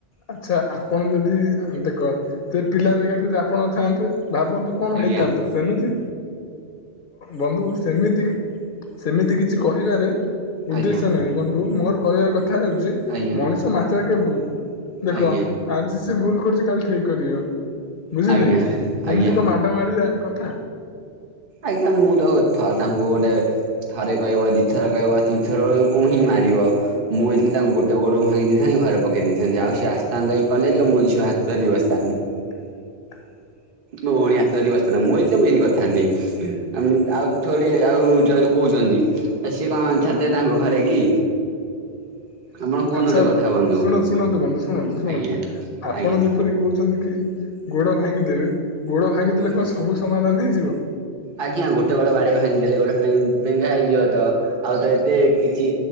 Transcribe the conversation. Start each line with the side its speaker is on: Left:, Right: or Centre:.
Left: ଆଚ୍ଛା ଆପଣ ଯଦି ଏମିତି କ ସେ ପିଲା ଜାଗାରେ ଯଦି ଆପଣ ଥାଆନ୍ତେ। ଭାବନ୍ତୁ କଣ
Right: ଆଜ୍ଞା
Left: ହେଇଥାନ୍ତ। ସେମିତି ବନ୍ଧୁ ସେମିତି ସେମି କିଛି କହିବାରେ ଉଦ୍ଦେଶ୍ୟ
Right: ଆଜ୍ଞା
Left: ନାହିଁ। ବନ୍ଧୁ ମୋର କହିବା କଥା ହେଉଛି
Right: ଆଜ୍ଞା
Left: ମଣିଷ ମାତ୍ରେ ଭୁଲ, ଦେଖ
Right: ଆଜ୍ଞା
Left: ଆଜି ସେ ଭୁଲ କରୁଛି କାଲି ଠିକ କରିବ। ବୁଝିଲେ
Right: ଆଜ୍ଞା
Left: କି
Right: ଆଜ୍ଞା
Left: ଏମିତି କଣ ମାଡ଼ ମାରିବା କଥା।
Right: ଆଜ୍ଞା ମୁଁ ତ <unintelligible> ତାଙ୍କୁ ଗୋଟେ ଥରେ କହିବ ଦିଇଥର କହିବ ତିନିଥର ବେଳକୁ ହିଁ ମାରିବ। ମୁଁ ଯଇଥିଲି ତାଙ୍କୁ ଗୋଟେ ଗୋଡକୁ ଭାଙ୍ଗି ଦେଇଥାନ୍ତି ଘରେ ପକେଇ ଦେଇଥାନ୍ତି। ଆଉ ସିଏ ଆସିଥାନ୍ତା କଲେଜ। ମୋ ଝିଅ ହାତ ଧରିକି ବସିଥାନ୍ତା।
Left: <inaudible>
Right: ମୋ ଭଉଣୀ ହାତଧରିକି ବସିଥାନ୍ତା। ମୁଁ ହେଇଥିଲେ ମୁଁ ଏମତି କରିଥାନ୍ତି। ଆଉ ଥୋଡ଼ି ଆଉ ଯଦି କୋଉ ଦେଖୁଛନ୍ତି, ସେ କଣ ଛାଡ଼ିଦେବେ ତାଙ୍କ ଘରେ କି!
Left: <inaudible>
Right: ଆପଣ କୁହନ୍ତୁ
Left: ଆଚ୍ଛା
Right: ଗୋଟେ
Left: ଆପଣ
Right: କଥା ବନ୍ଧୁ
Left: ଶୁଣନ୍ତୁ ଶୁଣନ୍ତୁ ବନ୍ଧୁ ଶୁଣନ୍ତୁ ଶୁଣନ୍ତୁ
Right: ଆଜ୍ଞା
Left: ଆପଣ
Right: ଆଜ୍ଞା
Left: ଯେପରି କହୁଛନ୍ତି କି ଗୋଡ ଭାଙ୍ଗି ଦେବେ ଗୋଡ ଭାଙ୍ଗିଦେଲେ
Right: ଆଜ୍ଞା।
Left: କଣ ସବୁ ସମାଧାନ ହେଇଯିବ।
Right: ଆଜ୍ଞା ଗୋଟେ ବାଡେଇକି ଭାଙ୍ଗି ଦେଲେ ଗୋଟେ ପେ ପେଙ୍ଗା ହେଇଯିବ ତ। ଆଉ ତ ଏତେ କିଛି